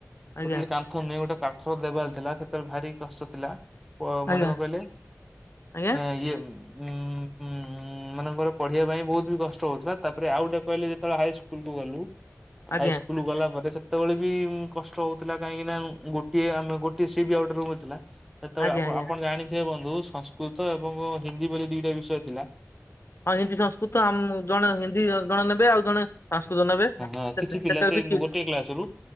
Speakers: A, on the left; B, in the centre.
A: ଆଜ୍ଞା
B: ଟୋଟାଲ କାନ୍ଥ ନିଅଁ ଗୋଟେ କାଠର ଦେବାଲ ଥିଲା। ସେତେବେଳେ ଭାରି କଷ୍ଟ ଥିଲା ପ ମନେ
A: ଆଜ୍ଞା
B: କଣ କହିଲେ?
A: ଆଜ୍ଞା
B: ଆଁ ଇଏ ଉଁ ହୁଁ ଏମାନଙ୍କର ପଢିବା ପାଇଁ ବହୁତ ବୋହୁତ୍ କଷ୍ଟ ହଉଥିଲା। ତାପରେ ଆଉ ଗୋଟେ କହିଲେ, ଯେତେବେଳେ ହାଇସ୍କୁଲକୁ ଗଲୁ।
A: ଆଜ୍ଞା
B: ହାଇସ୍କୁଲ ଗଲା ପରେ ସେ ସେତେବେଳେ ବିଁ କଷ୍ଟ ହଉଥିଲା କାହିଁକିନା, ଗୋ ଟିଏ, ଆମେ ଗୋଟିଏ ସେ ବି ଆଉ ଗୋଟେ ରୁମ୍ ରେ ଥିଲା। ସେତେବେଳେ
A: ଆଜ୍ଞା
B: ଆପ୍-ଆପଣ
A: ଆଜ୍ଞା
B: ଜାଣି ହେ ବନ୍ଧୁ ସଂସ୍କୃତ ଏବଂ ହିନ୍ଦୀ ବୋଲି ଦିଇଟା ବିଷୟ ଥିଲା।
A: ହଁ ହିନ୍ଦୀ ସଂସ୍କୃତ ଆମ୍ ଜଣେ ହିନ୍ଦୀ ଜଣେ ନେବେ, ଆଉ ଜଣେ ସଂସ୍କୃତ ନେବେ।
B: ଆଁ
A: ସେତେବେଳେ
B: କିଛି ପିଲା ସେ,
A: ବି କି
B: ଗୋଟେ କ୍ଲାସରୁ